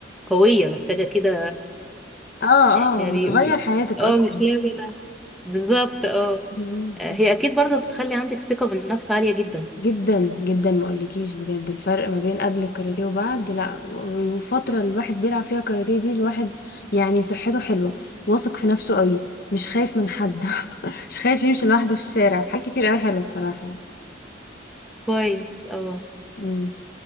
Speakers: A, in the centre; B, on the left.
A: قوية محتاجة كده
B: اه
A: يعني
B: اه بتغير حياتك
A: اه
B: اصلا
A: مش لعبة بالظبط اه
B: أمم.
A: آه، هي اكيد برضه بتخلي عندك ثقة بالنفس عالية جدا
B: جدا جدا ما اقولكيش بجد الفرق ما بين قبل الكاراتيه وبعد لا والفتره اللي الواحد بيلعب فيها كاراتيه دي الواحد يعني صحته حلوه واثق في نفسه قوي مش خايف من حد <laughs> مش خايف يمشي لوحده في الشارع حاجات كتير قوي حلوه بصراحه
A: كويس اه
B: امم